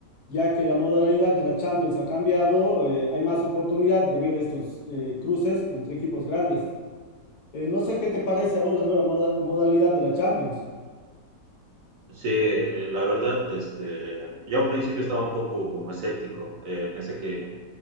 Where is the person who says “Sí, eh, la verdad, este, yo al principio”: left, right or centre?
Right